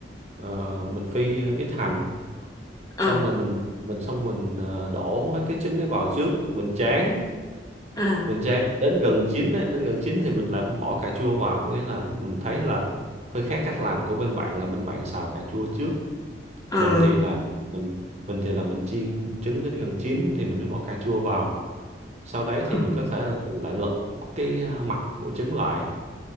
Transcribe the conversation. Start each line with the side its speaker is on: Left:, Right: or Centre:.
Right: ờ, mình phi ít hành
Left: ờ
Right: xong là mình mình xong mình ờ, đổ hết cái trứng đấy vào trước mình tráng
Left: à
Right: mình tráng đến gần chín ấy, đến gần chín thì mình làm bỏ cà chua vào có nghĩa là mình thấy là hơi khác cách làm của bên bạn là bên bạn xào cà chua trước
Left: à
Right: mình thì là mình mình thì là mình chiên trứng đến gần chín thì mình mới bỏ cà chua vào sau đấy thì
Left: à
Right: mình có thể là mình lại lật cái à, mặt của trứng lại